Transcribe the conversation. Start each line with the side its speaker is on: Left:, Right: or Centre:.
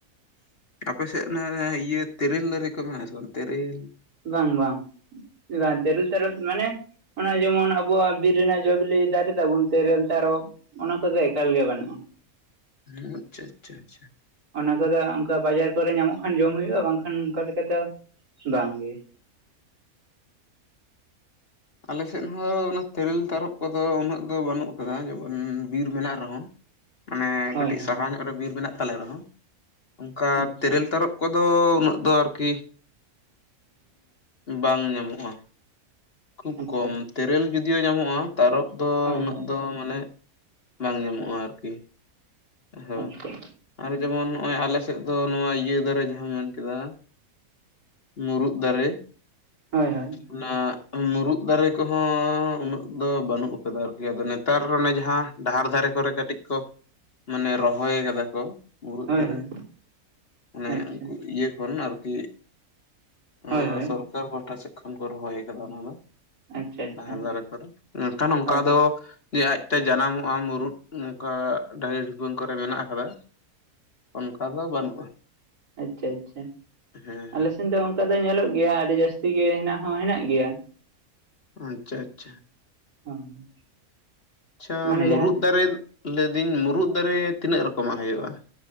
Left: ᱟᱯᱮ ᱥᱮ ᱚᱱᱮ ᱤᱭᱟᱹ ᱛᱤᱨᱤᱞ ᱫᱟᱨᱤ ᱠᱚ ᱢᱮᱱᱟᱜ-ᱟ ᱥᱮ ᱵᱟᱝ ᱛᱤᱨᱤᱞ?
Right: ᱵᱟᱝ ᱵᱟᱝ ᱪᱮᱫᱟᱜ ᱛᱤᱨᱤᱞ ᱛᱟᱨᱚᱵ ᱢᱟᱱᱮ ᱚᱱᱟ ᱡᱮᱢᱚᱱ ᱟᱵᱚᱣᱟᱜ ᱵᱤᱨ ᱨᱮᱱᱟᱜ ᱡᱚ ᱵᱤᱞᱤ ᱫᱟᱨᱤ ᱛᱟᱵᱚᱱ ᱛᱤᱨᱤᱞ ᱛᱟᱨᱚᱵ ᱚᱱᱟ ᱠᱚᱫᱚ ᱮᱠᱟᱞ ᱜᱮ ᱵᱟᱱᱩᱜ-ᱟ᱾
Left: ᱩ ᱟᱪᱪᱷᱟ ᱟᱪᱪᱷᱟ ᱟᱪᱪᱷᱟ᱾
Right: ᱚᱱᱟ ᱠᱚᱫᱚ ᱚᱝᱠᱟ ᱵᱟᱡᱟᱨ ᱠᱚᱨᱮ ᱧᱟᱢᱚᱜ ᱠᱷᱟᱱ ᱡᱚᱢ ᱦᱩᱭᱩᱜᱼᱟ᱾ ᱵᱟᱝᱠᱷᱟᱱ ᱚᱝᱠᱟ ᱫᱚ ᱵᱟᱝ ᱜᱮ᱾
Left: ᱟᱞᱮ ᱥᱮᱫ ᱦᱚᱸ ᱚᱱᱟ ᱛᱮᱨᱮᱞ ᱛᱟᱨᱚᱵᱽ ᱠᱚᱫᱚ ᱩᱱᱟᱹᱜ ᱫᱚ ᱵᱟᱹᱱᱩᱜ ᱠᱟᱫᱟ᱾ ᱡᱮᱢᱚᱱ ᱵᱤᱨ ᱢᱮᱱᱟᱜ ᱨᱮᱦᱚᱸ ᱢᱟᱱᱮ
Right: ᱦᱳᱭ
Left: ᱠᱟᱹᱴᱤᱡ
Right: ᱦᱳᱭ
Left: ᱥᱟᱦᱟ ᱵᱤᱨ ᱢᱮᱱᱟᱜ ᱛᱟᱞᱮ ᱨᱮᱦᱚᱸ ᱚᱝᱠᱟ
Right: ᱟᱪᱪᱷᱟ
Left: ᱛᱮᱨᱮᱞ ᱛᱟᱨᱚᱵ ᱠᱚᱫᱚ ᱩᱱᱟᱹᱜ ᱫᱚ ᱟᱨᱠᱤ ᱩᱸ ᱵᱟᱝ ᱧᱟᱢᱚᱜᱼᱟ᱾ ᱠᱷᱩᱵ
Right: ᱟᱪᱪᱷᱟ
Left: ᱠᱚᱢ ᱛᱮᱨᱮᱞ ᱡᱩᱫᱤᱭᱳ ᱧᱟᱢᱚᱜᱼᱟ᱾ ᱛᱟᱨᱚᱵ ᱫᱚ
Right: ᱦᱳᱭ
Left: ᱩᱱᱟᱹᱜ
Right: ᱦᱳᱭ
Left: ᱫᱚ ᱢᱟᱱᱮ ᱵᱟᱝ ᱧᱟᱢᱚᱜᱼᱟ ᱟᱨᱠᱤ᱾ ᱦᱮᱸ
Right: ᱟᱪᱪᱷᱟ
Left: ᱟᱨ ᱡᱮᱢᱚᱱ ᱱᱚᱜᱼᱚᱭ ᱟᱞᱮ ᱥᱮᱫ ᱫᱚ ᱱᱚᱣᱟ ᱤᱭᱟᱹ ᱫᱟᱨᱮ ᱡᱟᱦᱟᱸ ᱢᱮᱱ ᱠᱮᱫᱟ᱾ ᱢᱩᱨᱩᱫ ᱫᱟᱨᱮ,
Right: ᱦᱳᱭ ᱦᱳᱭ᱾
Left: ᱚᱱᱟ ᱢᱩᱨᱩᱜ ᱫᱟᱨᱮ ᱠᱚᱦᱚᱸ ᱩᱱᱟᱹᱜ ᱫᱚ ᱵᱟᱹᱱᱩᱜ ᱟᱠᱟᱫᱟ᱾ ᱟᱨᱠᱤ ᱟᱫᱚ ᱱᱮᱛᱟᱨ ᱚᱱᱮ ᱡᱟᱦᱟᱸ ᱰᱟᱦᱟᱨ ᱫᱷᱟᱨᱮ ᱠᱚᱨᱮ ᱠᱟᱹᱴᱤᱡ ᱠᱚ ᱢᱟᱱᱮ ᱨᱚᱦᱚᱭ ᱠᱟᱫᱟ ᱠᱚ, ᱢᱩᱨᱩᱫ
Right: ᱦᱳᱭ
Left: ᱫᱟᱨᱮ,
Right: ᱦᱳᱭ
Left: ᱚᱱᱮ
Right: ᱟᱪᱪᱷᱟ
Left: ᱩᱱᱠᱩ ᱤᱭᱟᱹ ᱠᱷᱚᱱ ᱟᱨᱠᱤ
Right: ᱦᱳᱭ
Left: ᱮ
Right: ᱦᱳᱭ
Left: ᱥᱚᱨᱠᱟᱨ ᱴᱷᱟ ᱥᱮᱫ ᱠᱷᱚᱱ ᱠᱚ ᱨᱚᱦᱚᱭ ᱠᱟᱫᱟ᱾ ᱚᱱᱟ ᱫᱚ
Right: ᱟᱪᱪᱷᱟ ᱟᱪᱪᱷᱟ
Left: <unintelligible> ᱱᱟᱦᱮᱞ ᱫᱟᱨᱮ ᱠᱚᱨᱮ ᱢᱮᱱᱠᱷᱟᱱ ᱚᱱᱠᱟ
Right: ᱦᱳᱭ
Left: ᱫᱚ ᱡᱮ ᱟᱡᱛᱮ ᱡᱟᱱᱟᱢᱚᱜᱼᱟ᱾ ᱢᱩᱨᱩᱫ ᱱᱚᱝᱠᱟ ᱰᱟᱭ <unintelligible> ᱠᱚᱨᱮ ᱢᱮᱱᱟᱜ ᱟᱠᱟᱫᱟ ᱚᱱᱠᱟ ᱫᱚ ᱵᱟᱹᱱᱩᱜᱼᱟ᱾
Right: ᱟᱪᱪᱷᱟ ᱟᱪᱪᱷᱟ,
Left: ᱦᱮᱸ
Right: ᱟᱞᱮ ᱥᱮᱱ ᱫᱚ ᱚᱝᱠᱟ ᱫᱚ ᱧᱮᱞᱚᱜ ᱜᱮᱭᱟ ᱟᱹᱰᱤ ᱡᱟᱹᱥᱛᱤ ᱜᱮ ᱦᱮᱱᱟᱜ ᱦᱚᱸ ᱦᱮᱱᱟᱜ ᱜᱮᱭᱟ᱾
Left: ᱟᱪᱪᱷᱟ ᱟᱪᱪᱷᱟ᱾
Right: ᱦᱳᱭ᱾
Left: ᱟᱪᱪᱷᱟ
Right: ᱢᱟᱱᱮ
Left: ᱢᱩᱨᱩᱫ
Right: ᱡᱟᱦᱟᱸ
Left: ᱫᱟᱨᱮ ᱞᱟᱹᱭᱫᱟᱹᱧ ᱢᱩᱨᱩᱫ ᱫᱟᱨᱮ ᱛᱤᱱᱟᱹᱜ ᱨᱚᱠᱚᱢᱟᱜ ᱦᱳᱭᱳᱜᱼᱟ?